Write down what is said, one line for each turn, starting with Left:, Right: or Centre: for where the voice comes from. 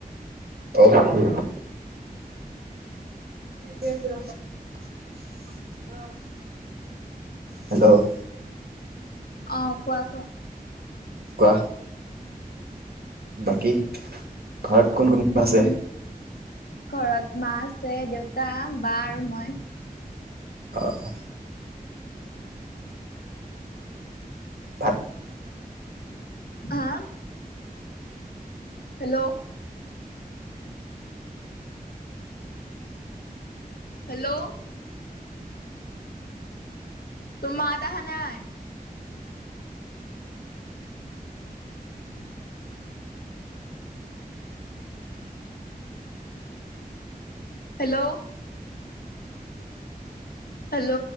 Right: অকে দি আছোঁ ৰবা। অ হেল্ল'-
Left: অ কোৱা কোৱা।
Right: কোৱা বাকী ঘৰত কোন কোন
Left: উম
Right: আছে।
Left: ঘৰত মা, আছে দেউতা, বা আৰু মই
Right: অঁ অ ভাল
Left: হাঁ হেল্ল' হেল্ল' তোৰ মাত আহা নাই। Hello hello